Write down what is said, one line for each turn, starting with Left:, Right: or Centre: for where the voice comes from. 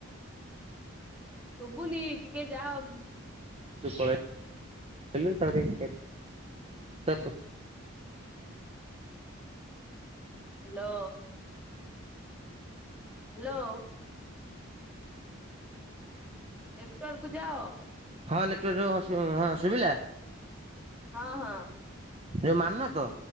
Centre: ଶୁଭୁନି ଟିକେ ଯାଅ।
Right: <unintelligible>
Centre: ହ୍ୟାଲୋ। ହ୍ୟାଲୋ। ନେଟୱାର୍କ କୁ ଯାଅ।
Right: ହଁ ନେଟୱାର୍କର ହଁ ଶୁଭିଲା?
Centre: ହଁ-ହଁ।
Right: ଯୋଉ ମାନ ତ?